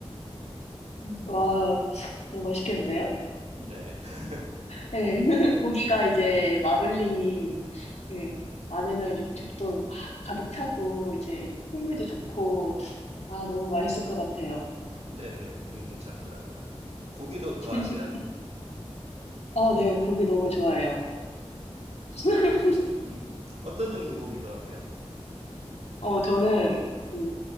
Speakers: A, on the left; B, on the right.
A: 와, 너무 맛있겠는데요?
B: 네. <laughs>
A: 네. <laughs> 고기가 이제 마블링이
B: 네.
A: 예, 많으면 육즙도 막 가득 차고, 이제 풍미도 좋고, 아, 너무 맛있을 것 같아요.
B: 네네. 되게 괜찮더라고요. 고기도 좋아하세요?
A: <laughs> 아, 네. 고기 너무 좋아해요. <laughs>
B: 음. 어떤 종류 고기 좋아하세요?
A: 어, 저는 그,